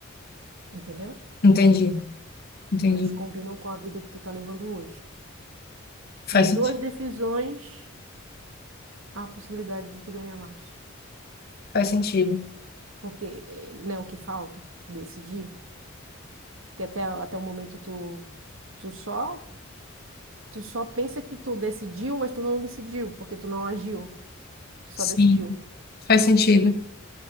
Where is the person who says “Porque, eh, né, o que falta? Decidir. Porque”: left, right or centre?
Right